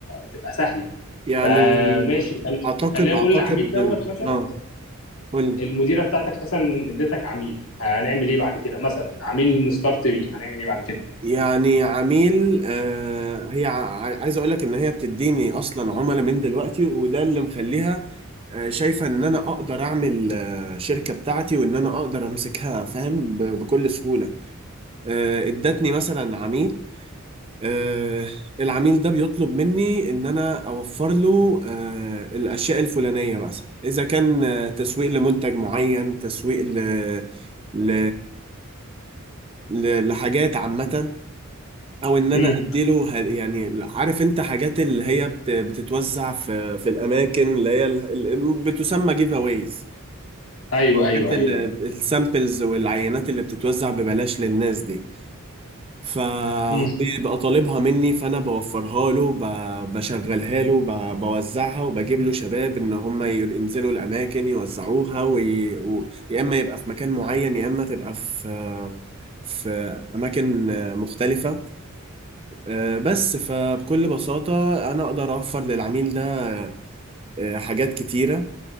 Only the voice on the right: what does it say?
يعني
اعتقد
اعتقد
اه قول لي
يعني عميل آه هي ع- عايز اقول لك ان هي بتديني اصلا عملاء من دلوقتي وده اللي مخليها آه، شايفة ان انا اقدر اعمل آه، شركة بتاعتي وان انا اقدر امسكها فاهم ب- بكل سهولة آه، ادتني مثلا عميل آه، العميل ده بيطلب مني ان انا اوفر له آه، الاشياء الفلانية مثلا اذا كان آه، تسويق لمنتج معين تسويق ل... ل... ل... لحاجات عامة او ان
انا اديله ه- يعني عارف انت حاجات اللي هي بت... بتتوزع في في الاماكن اللي هي ال- ال- بتسمى جيف اويز
كانت
ال- السامبلز والعينات اللي بتتوزع ببلاش للناس دي فبيبقى
طالبها مني فانا بوفرها له ب- بشغلها له ب- بوزعها وبجيب له شباب ان هم ي- ينزلوا الاماكن يوزعوها وي... و... يا اما يبقى في مكان معين يا اما تبقى في في اماكن مختلفه آه، بس فبكل بساطه انا اقدر اوفر للعميل ده آه، حاجات كتيره